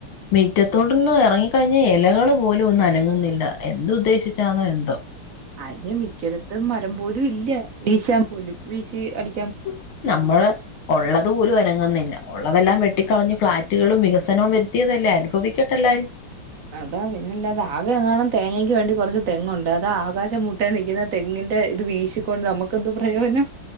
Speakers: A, on the left (about 75°); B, on the right (about 60°).
A: മീറ്റത്തോടൊന്ന ഇറങ്ങിക്കഴിഞ്ഞ ഇ ലകൾ പോലും ഒന്നും അനങ്ങുന്നില്ല എന്ത് ഉദ്ദേശിച്ചാണോ എന്തോ
B: അയിന് മിക്കടത്തും മരം പോലും ഇല്ല വീശാൻ പോലും വീശി അടി
A: ഉം നമ്മള് ഉള്ളത് പോലും അനങ്ങുന്നില്ല ഉള്ളതെല്ലാം വെട്ടിക്കളഞ്ഞ് ഫ്ളാറ്റുകളും വികസനോ വരുത്തിയതല്ലേ അനുഭവിക്കട്ടെല്ലരും
B: അതാ പിന്നെല്ലാത് ആകെ എറങ്ങണം തേങ്ങക്ക് വേണ്ടി കോറച്ച് തെങ്ങുണ്ട് അതാ ആകാശം മുട്ടേ നിക്കുന്ന തെങ്ങിന്റെ ഇത് വീശിക്കൊണ്ട് നമക്കന്തോ പ്രയോജനം